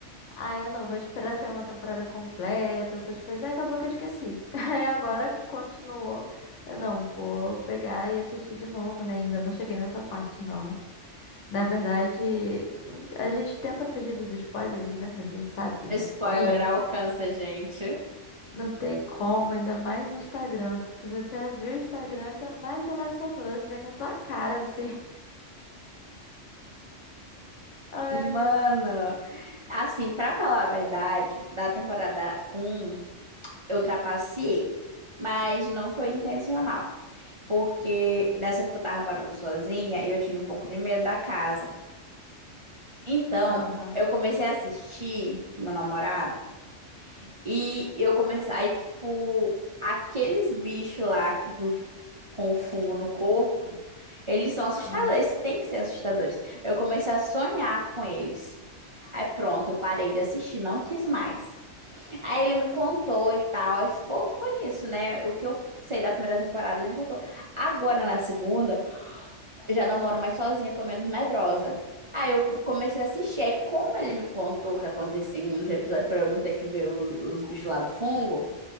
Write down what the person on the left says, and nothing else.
Ah, eu não, vou esperar ser uma temporada completa, essas coisas. Aí acabou que eu esqueci. <laughs> Aí agora continuou. Eu não vou pegar e assistir de novo, né? Ainda não cheguei nessa parte, não. Na verdade, a gente tenta fugir dos spoilers, né? Mas a gente sabe dos
spoilers.
Não tem como, ainda mais no Instagram. Se você abrir o Instagram, ainda mais The Last of Us vem na tua cara, assim. <laughs> Ai,
meu Deus.
Aham,
aham,